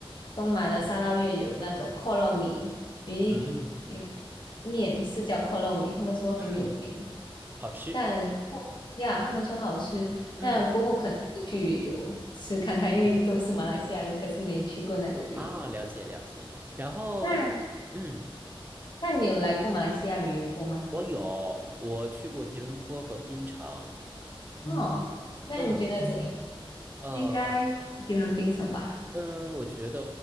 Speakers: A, on the left; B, on the right.
A: 东马的沙捞越有那种扣肉米一
B: 嗯
A: 鱼面，是叫扣肉米，他们说很有名。
B: 嗯，好吃。
A: 但呀，他们说好吃，
B: 嗯
A: 但过后可能会去旅游吃看看，
B: 嗯嗯
A: 因为都是马来西亚人，可是没去过那里旅游。
B: 啊，了解了解。然后那嗯，
A: 那那你有来过马来西亚旅游过吗？
B: 我有我去过吉隆坡和槟城。
A: 哦，那你觉得怎样？
B: 嗯。呃。
A: 应该喜欢槟城吧？
B: 嗯，我觉得，